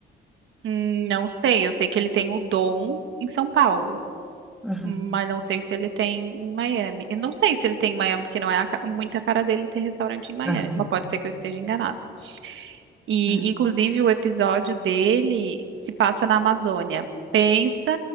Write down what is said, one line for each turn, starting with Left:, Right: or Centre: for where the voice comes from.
Right: Hum, não sei, eu sei que ele tem o Dom em São Paulo,
Centre: Aham,
Right: mas não sei se ele tem em Miami. Eu não sei se ele tem em Miami, porque não é a ca- muito a cara dele ter restaurante em Miami,
Centre: Aham.
Right: mas pode ser que eu esteja enganada. E,
Centre: é,
Right: inclusive, o episódio dele se passa na Amazônia. Pensa